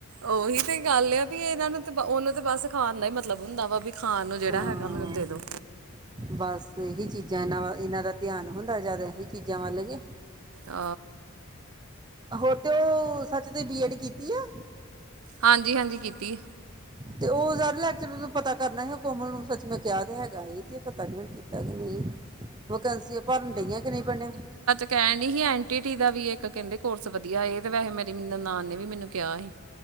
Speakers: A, on the right; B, on the right.
A: ਓਹੀ ਤੇ ਗੱਲ ਆ ਵੀ, ਇਨਾਂ ਨੂੰ ਤੇ ਉਨੂੰ ਤੇ ਬਸ ਖਾਣ ਦਾ ਈ ਮਤਲਬ ਹੁੰਦਾ ਵਾ, ਵੀ ਖਾਣ ਨੂੰ, ਜੇਹੜਾ
B: ਹਾਂ
A: ਹੈਗਾ ਮੈਨੂੰ ਦੇ ਦੋ।
B: ਬਸ, ਏਹੀ ਚੀਜ਼ਾਂ ਇਨਾਂ ਵ ਇਨਾਂ ਦਾ ਧਿਆਨ ਹੁੰਦਾ ਜਾਦਾ ਏਹੀ ਚੀਜ਼ਾਂ ਵੱਲ ਕੇ
A: ਆ
B: ਹੋਰ ਤੇ, ਓ ਸੱਚ ਤੇ ਬੀ ਐਡ ਕੀਤੀ ਐ?
A: ਹਾਂਜੀ -ਹਾਂਜੀ ਕੀਤੀ।
B: ਤੇ, ਓ ਸਾਰੇ ਲੈਕਚਰ ਪਤਾ ਕਰਨਾ ਸੀ, ਓ ਕੋਮਲ ਨੂੰ ਸੱਚ ਮੈਂ ਕਿਆ ਤੇ ਹੈਗਾ ਸੀ, ਤੇ ਪਤਾ ਨੀ ਹੁਨ ਕੀ? ਕੀਤਾ ਕਿ ਨਈ ਵਕੈੰਸੀ ਭਰਨ ਡਈਆਂ ਕਿ ਨਈਂ ਭਰਨੀ
A: ਕੇਹਣ ਡਈ ਸੀ ਐਨ -ਟੀ- ਟੀ ਦਾ ਵੀ ਇੱਕ ਕੈਂਦੇ ਕੋਰਸ ਵਧੀਆ ਏ, ਤੇ ਵੈਸੇ ਮੇਰੀ ਨਨਾਨ ਨੇ ਵੀ ਮੈਨੂੰ ਕੇਹਾ ਸੀ।